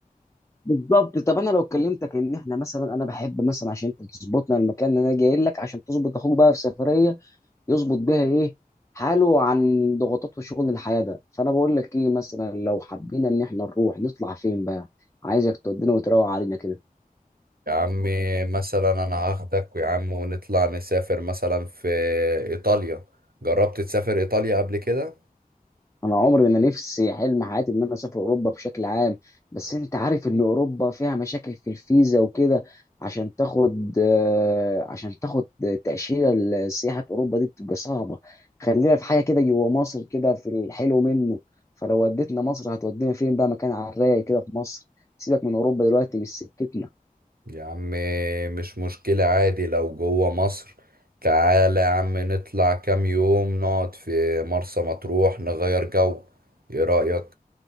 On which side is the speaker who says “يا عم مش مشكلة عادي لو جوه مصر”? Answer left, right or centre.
Right